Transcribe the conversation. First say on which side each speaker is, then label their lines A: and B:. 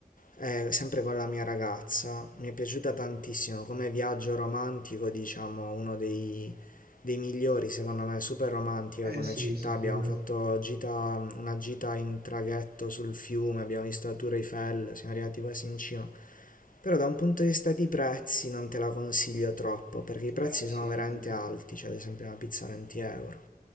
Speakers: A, on the left; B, on the right.
A: eh, sempre con la mia ragazza. Mi è piaciuta tantissimo, come viaggio romantico, diciamo, uno dei, dei migliori, secondo me, super romantica
B: Eh
A: come
B: sì,
A: città.
B: sicuro.
A: Abbiamo fatto gita- una gita in traghetto sul fiume, abbiamo visto la Tour Eiffel, siamo arrivati quasi in cima. Però da un punto di vista di prezzi non te la consiglio troppo, perché i prezzi
B: Ah sì,
A: sono
B: immagino.
A: veramente alti, cioè ad esempio una pizza 20 euro.